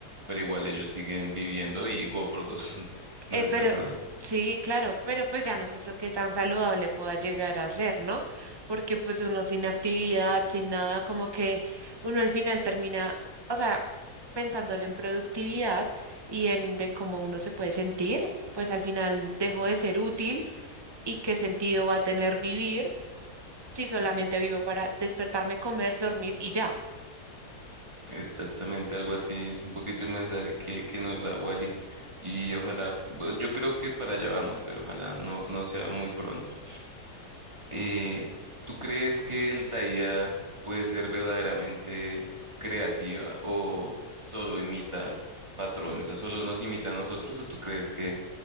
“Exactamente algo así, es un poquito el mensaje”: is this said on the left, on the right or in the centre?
Right